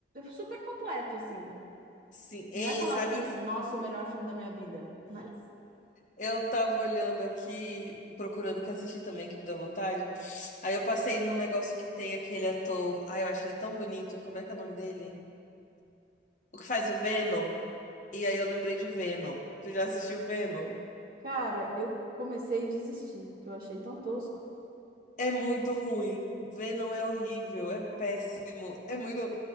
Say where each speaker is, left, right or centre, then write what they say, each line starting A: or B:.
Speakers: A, on the right (about 50°); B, on the left (about 45°).
A: super completo, assim.
B: Sim. Hein,
A: Não é falar
B: sabe
A: assim,
B: o.
A: nossa, o melhor filme da minha vida. Mas,
B: Eu tava olhando aqui, procurando o que assistir também, que me deu vontade. Aí eu passei num negócio que tem aquele ator. Ai, eu acho ele tão bonito. Como é que é o nome dele? O que faz o Venom. E aí eu lembrei de Venom. Tu já assistiu Venom?
A: cara, eu comecei a desistir, porque eu achei tão tosco.
B: É muito ruim. Venom é horrível, é péssimo, é muito ruim.